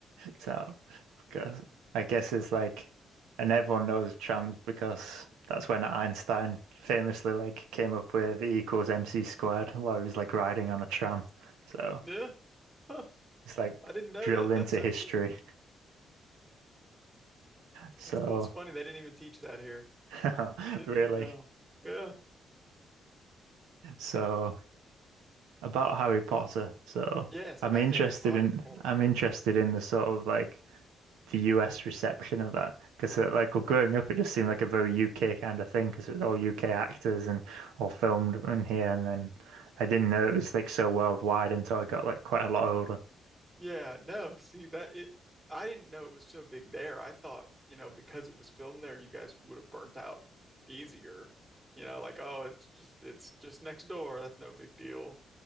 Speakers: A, on the right (about 80°); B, on the right (about 30°).
A: So, because I guess it's like, and everyone knows trams because that's when Einstein famously like came up with E equals MC squared while he was like riding on a tram. So
B: Yeah. Huh.
A: it's like
B: I didn't know
A: drilled
B: that. That's
A: into
B: so
A: history.
B: cool.
A: So
B: That's cool. It's funny they didn't even teach that here.
A: <laughs>
B: I didn't
A: really.
B: even know. Yeah.
A: So about Harry Potter. So
B: Yes.
A: I'm
B: Back
A: interested
B: to Harry Potter,
A: in
B: of course.
A: I'm interested in the sort of like the US reception of that because uh, like well, growing up it just seemed like a very UK kind of thing because it was all UK actors and all filmed in here and then I didn't know it was like so worldwide until I got like quite a lot older.
B: Yeah, no, see that it I didn't know it was so big there. I thought, you know, because it was filmed there, you guys would have burnt out easier. You know, like, oh, it's just it's just next door. That's no big deal.